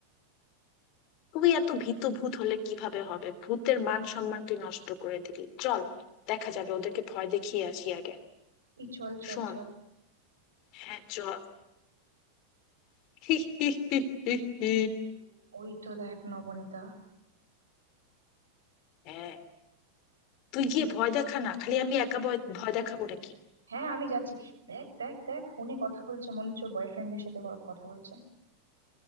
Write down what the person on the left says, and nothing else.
তুই এত ভীত ভূত হলে কিভাবে হবে ভূতের মান সম্মান তুই নষ্ট করে দিলি চল দেখা যাবে ওদেরকে ভয় দেখিয়ে আসি আগে
শোন
হ্যাঁ চল <laughs> হি, হি, হি, হি, হি।
হ্যাঁ তুই
গিয়ে ভয় দেখা না খালি আমি একা ভয় ভয় দেখাবো নাকি